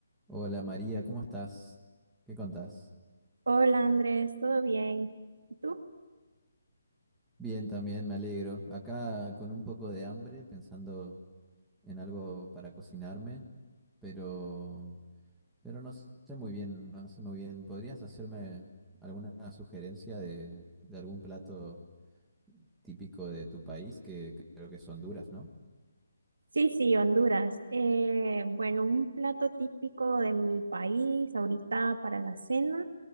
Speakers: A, in the centre; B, on the right.
A: Hola María, ¿cómo estás? ¿Qué contás?
B: Hola Andrés, ¿todo bien? ¿Y tú?
A: Bien, también me alegro. Acá con un poco de hambre, pensando en algo para cocinarme, pero, pero no sé muy bien, no sé muy bien. ¿Podrías hacerme alguna sugerencia de, de algún plato típico de tu país, que creo que son duras, ¿no?
B: Sí, sí, Honduras. Eh, bueno, un plato típico de mi país ahorita para la cena,